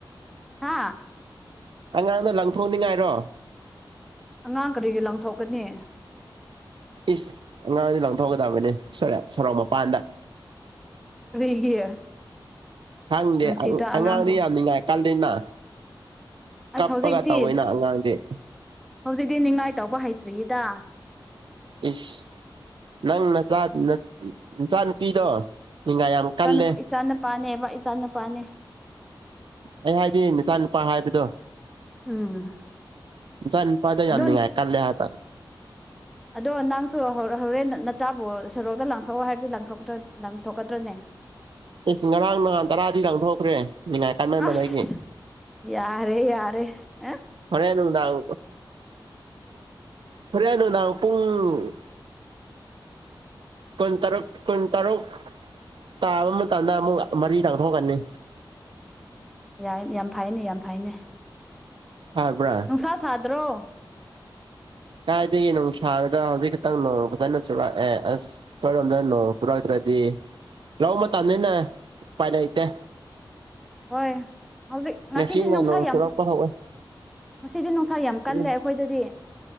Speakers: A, in the centre; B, on the right (about 75°).
A: ꯍꯥ
B: ꯑꯉꯥꯡꯅ ꯂꯪꯊꯣꯛꯅꯤꯡꯉꯥꯏꯔꯣ
A: ꯑꯉꯥꯡ ꯀꯔꯤꯒꯤ ꯂꯪꯊꯣꯛꯀꯅꯤ
B: ꯏꯁ ꯑꯉꯥꯡꯗꯤ ꯂꯪꯊꯣꯛꯒꯗꯕꯅꯦ ꯁꯣꯔꯦ ꯁꯣꯔꯣꯛ ꯃꯄꯥꯟꯗ
A: ꯀꯔꯤꯒꯤ
B: ꯈꯪꯗꯦ
A: ꯅꯨꯡꯁꯤꯗ꯭ꯔꯥ
B: ꯑꯉꯥꯡꯗꯤ
A: ꯑꯉꯥꯡꯕꯨ
B: ꯌꯥꯝ ꯅꯤꯡꯉꯥꯏ ꯀꯜꯂꯤꯅ ꯀꯞꯄꯒ
A: ꯑꯁ ꯍꯧꯖꯤꯛꯇꯤ
B: ꯇꯧꯋꯤꯅ ꯑꯉꯥꯡꯗꯤ
A: ꯍꯧꯖꯤꯛꯇꯤ ꯅꯤꯡꯉꯥꯏ ꯇꯧꯕ ꯍꯩꯇ꯭ꯔꯤꯌꯦꯗ
B: ꯏꯁ ꯅꯪ ꯅꯆꯥ ꯅꯆꯥ ꯅꯨꯨꯄꯤꯗꯣ ꯅꯤꯡꯉꯥꯏ ꯌꯥꯝ ꯀꯜꯂꯦ
A: ꯏ ꯏꯆꯥ ꯅꯄꯥꯅꯦꯕ ꯏꯆꯥꯅꯄꯥꯅꯦ
B: ꯑꯩ ꯍꯥꯏꯗꯤ ꯅꯆꯥ ꯅꯨꯄꯥ ꯍꯥꯏꯕꯗꯣ
A: ꯎꯝ
B: ꯆ ꯅꯨꯄꯥꯗꯣ
A: ꯑꯗꯣ
B: ꯌꯥꯝꯅꯤꯡꯉꯥꯏ ꯀꯜꯂꯦ ꯍꯥꯏꯕ
A: ꯑꯗꯣ ꯅꯪꯁꯨ ꯍꯣꯔꯦꯟ ꯅꯆꯥꯕꯨ ꯁꯣꯔꯣꯛꯇ ꯂꯪꯊꯣꯛꯑꯣ ꯍꯥꯏꯔꯗꯤ ꯂꯊꯣꯛꯇ꯭ꯔ ꯂꯪꯊꯣꯛꯀꯗ꯭ꯔꯅꯦ
B: ꯏꯁ ꯉꯔꯥꯡ ꯅꯍꯥꯟ ꯇꯔꯥꯗꯤ ꯂꯥꯡꯊꯣꯛꯈ꯭ꯔꯦ ꯅꯤꯡꯉꯥꯏ ꯀꯥꯏꯃꯟꯕꯗꯒꯤ
A: ꯑꯁ ꯌꯥꯔꯦ ꯌꯥꯔꯦ ꯑ
B: ꯍꯣꯔꯦꯟ ꯅꯨꯡꯗꯥꯡ ꯐꯣꯔꯦꯅꯨ ꯅꯅꯥ ꯄꯨꯡꯨꯡ ꯀꯣꯏꯟ ꯇꯔꯛ ꯀꯣꯏꯟ ꯇꯔꯣꯛ ꯇꯥꯕ ꯃꯇꯝꯗ ꯑꯃꯨꯛ ꯃꯔꯤ ꯇꯥꯡꯊꯣꯛꯀꯅꯤ
A: ꯌꯥꯝ ꯌꯥꯝ ꯐꯩꯅꯦ ꯌꯥꯝ ꯐꯩꯅꯦ
B: ꯑꯕ꯭ꯔ
A: ꯁꯥ ꯁꯥꯗ꯭ꯔꯣ
B: ꯀꯥꯏꯗꯒꯤ ꯅꯨꯡꯁꯥꯔꯒ ꯍꯧꯖꯤꯛ ꯈꯤꯛꯇꯪ ꯅꯣꯡ ꯐꯖꯅ ꯆꯨꯔꯛ ꯑꯦ ꯑꯁ ꯀꯔꯣ ꯅꯅꯣ ꯄꯨꯔꯥꯇ ꯔꯥꯗꯤ ꯂꯎ ꯃꯇꯅꯤꯅꯦ ꯄꯥꯏꯅꯩꯇꯦ
A: ꯍꯣꯏ ꯍꯧꯖꯤꯛ ꯉꯁꯤꯗꯤ
B: ꯉꯁꯤꯅ
A: ꯅꯨꯡꯁꯥ
B: ꯅꯣꯡ ꯆꯨꯔꯛꯄ
A: ꯑꯃꯨꯛ
B: ꯍꯧꯋꯦ
A: ꯃꯁꯤꯗꯤ ꯅꯨꯡꯁꯥ ꯌꯥꯝ ꯀꯜꯂꯦ
B: ꯎꯝ
A: ꯑꯩꯈꯣꯏꯗꯗꯤ